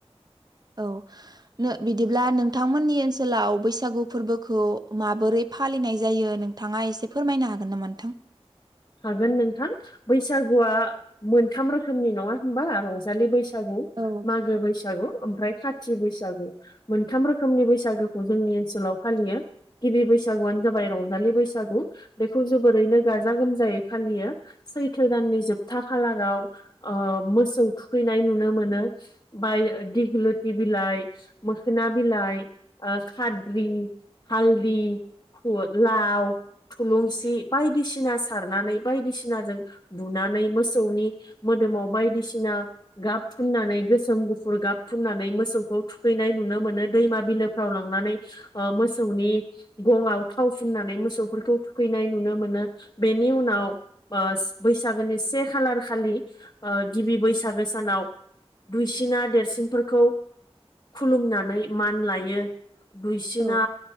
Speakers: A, on the right; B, on the left.
A: औ बिदिब्ला नों नोंथांमोननि ओनसोलाव बैसागु फोरबोखौ माबोरै फालिनाय जायो नोंथाङा एसे फोरमायनो हायो हागोन नामा नोंथां?
B: हागोन नोंथां बैसागुआ मोनथाम रोखोमनि नङा होनबा रंजालि बैसागु बैसागु
A: औ
B: मागो बैसागु ओमफ्राय खाथि बैसागु मोनथाम रोखोमनि बैसागुखौ जोंनि ओनसोलाव फालियो गिबि बैसागुआनो जाबाय रजालि बैसागु बेखौ जोरैनो गाजा गोम जायै फालियो सैथो दाननि जोबथा खालाराव मोसौ थुखैनाय नुनो मोन मोनो बा दिगिलिथि बिलाय मोखोना बिलाय ओ खाथ्रि हालदि <unintelligible> लाव थुलुंसि बायदिसिना सारनानै बायदिसिनाजों बुनानै मोसौनि मोदोमाव बायदिसिना गाब फुननानै गोसोम गुफुर गाब फुननानै मोसौखौ थुखैनाय नुनो मोनो दैमा बिलोफ्राव लांनानै मोसौनि गङआव थाव फुननानै मोसौफोरखौ थुखैनाय नुनो मोनो बेनि उनाव बैसागोनि से खालार खालि गिबि बैसागो सानाव दुइसिना देरसिनफोरखौ खुलुमनानै मान लायो। दुइसिना
A: औ